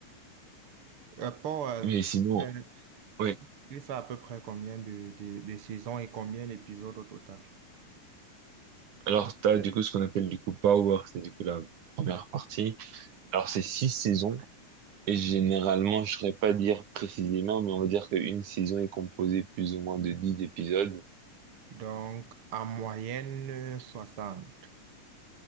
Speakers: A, on the right (about 50°); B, on the right (about 65°).
A: Rapport à-
B: mais
A: euh,
B: sinon...
A: euh,
B: Ouais.
A: il fait à peu près combien de, de, de saisons et combien d'épisodes au total?
B: Alors, t'as du coup ce qu'on appelle du coup Power, c'est du coup la première partie. Alors, c'est six saisons, et généralement, je saurais pas dire précisément, mais on va dire qu'une saison est composée plus ou moins de dix épisodes.
A: Donc, en moyenne, euh, 60.